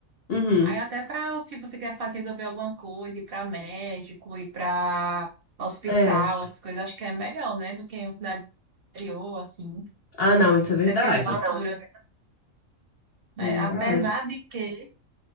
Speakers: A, on the left; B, on the right.
A: uhum,
B: Aí até para se você quer fazer resolver alguma coisa, ir para médico, ir para hospital,
A: é.
B: essas coisas, acho que é melhor, né, do que em uma cidade interior, assim.
A: Ah, não, isso é verdade.
B: Até porque a Ah, não. estrutura, né?
A: É verdade.
B: Apesar de que